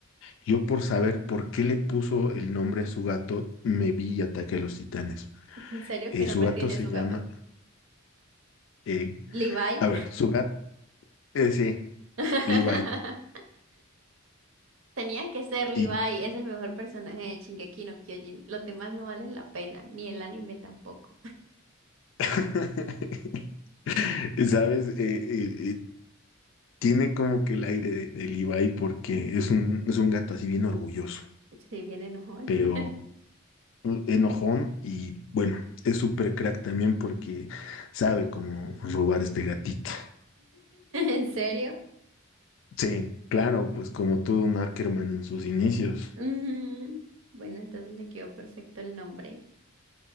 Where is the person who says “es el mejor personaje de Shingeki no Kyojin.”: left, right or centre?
Right